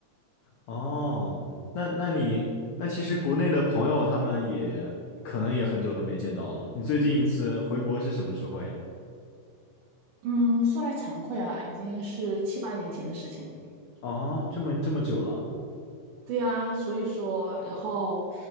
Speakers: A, on the left; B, on the right.
A: 哦，那那你那其实国内的朋友他们也可能也很久都没见到了。你最近一次回国是什么时候呀？
B: 嗯，说来惭愧啊，已经是七八年前的事情了。
A: 哦，这么这么久了。
B: 对呀，所以说，然后，